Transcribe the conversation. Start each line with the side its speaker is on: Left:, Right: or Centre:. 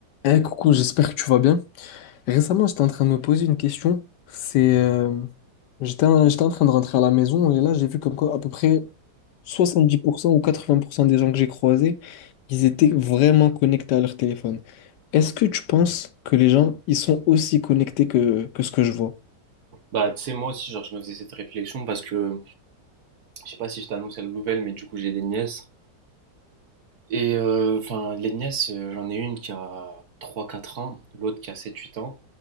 Left: Eh coucou, j'espère que tu vas bien. Récemment, j'étais en train de me poser une question. C'est, euh, j'étais en, j'étais en train de rentrer à la maison et là, j'ai vu comme quoi à peu près 70% ou 80% des gens que j'ai croisés, ils étaient vraiment connectés à leur téléphone. Est-ce que tu penses que les gens, ils sont aussi connectés que, que ce que je vois?
Right: Bah, tu sais, moi aussi, genre, je me faisais cette réflexion parce que je sais pas si je t'annonce la nouvelle, mais du coup, j'ai des nièces. Et euh, enfin, les nièces, euh, j'en ai une qui a trois quatre ans, l'autre qui a sept huit ans,